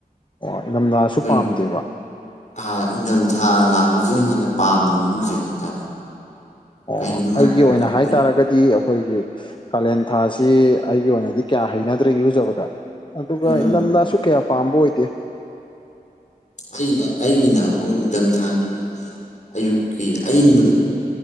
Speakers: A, on the left; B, on the left.
A: ꯑꯣ ꯏꯅꯝꯊꯥꯁꯨ
B: ꯑꯩꯈꯣꯏꯒꯤ
A: ꯄꯥꯝꯗꯦꯕ
B: ꯑꯥ ꯏꯪꯊꯝꯊꯥ ꯂꯥꯛꯄ ꯍꯧꯖꯤꯛ ꯍꯦꯟꯅ ꯄꯥꯝꯅ ꯏꯔꯨꯖꯩ ꯍꯥꯏꯇꯥꯔꯦ
A: ꯑꯣ
B: ꯀꯩꯒꯤꯅꯣ ꯍꯥꯏꯔꯀꯥꯟꯗ
A: ꯑꯩꯒꯤ ꯑꯣꯏꯅ
B: ꯑꯩꯈꯣꯏ
A: ꯍꯥꯏꯇꯥꯔꯒꯗꯤ ꯑꯩꯈꯣꯏꯒꯤ ꯀꯥꯂꯦꯟ ꯊꯥꯁꯤ ꯑꯩꯒꯤ ꯑꯣꯏꯅꯗꯤ ꯀꯌꯥ ꯍꯩꯅꯗ꯭ꯔꯦ ꯏꯔꯨꯖꯕꯗ ꯑꯗꯨꯒ
B: ꯎꯝ
A: ꯏꯪꯊꯝꯊꯥꯁꯨ
B: ꯎꯝ
A: ꯀꯌꯥ ꯄꯥꯝꯕ ꯑꯣꯏꯗꯦ
B: ꯑꯩ ꯑꯩꯒꯤꯅ ꯑꯃꯨꯛ ꯅꯤꯡꯊꯝꯊꯥꯒꯤ ꯑꯌꯨꯛꯀꯤ ꯑꯌꯤꯡꯕꯗꯣ